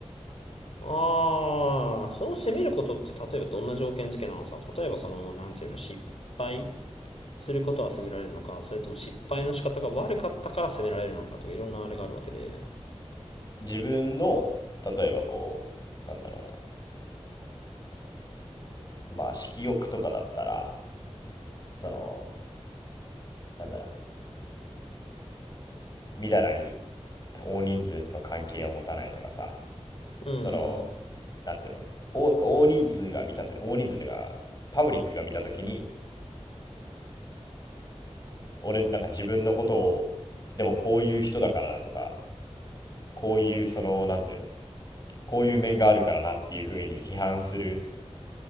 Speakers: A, on the left; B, on the left.
A: ああ、その責めることって例えばどんな条件付けなのさ。例えばその、なんていうの、失敗することは責められるのか、それとも失敗の仕方が悪かったから責められるのかとかいろんなあれがあるわけで。
B: 自分の、例えばこう、なんだろうな。まあ、色欲とかだったら、その、なんだろう、みだらに大人数との関係を持たないとかさ、
A: うんうんうん。
B: その、なんていうの、大大人数が見たと、大人数というか、パブリックが見たときに、俺、なんか自分のことを、でもこういう人だからなとか、こういうその、なんていうの、こういう面があるからなっていうふうに批判する